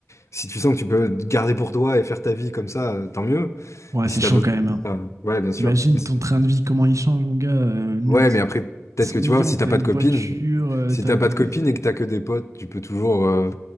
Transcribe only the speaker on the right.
Ouais,
c'est
chaud
quand même. hein.
T'imagines
ton
train de vie, comment il change, mon gars. euh, nous,
t-
100
millions,
t'as
une
voiture, euh,
t'as,
t'as-